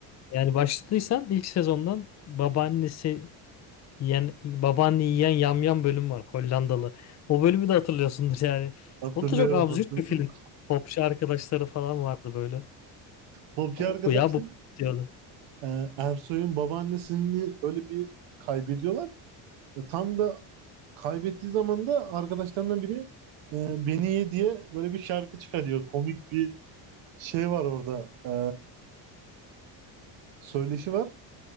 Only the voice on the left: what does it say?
Yani başladıysan ilk sezondan babaannesi yiyen, babaanne yiyen yamyam bölüm var Hollandalı. O bölümü de hatırlıyorsundur yani.
O da çok absürt
bir film. Popçu arkadaşları falan vardı böyle.
Pop
bu ya bu pop diyordu.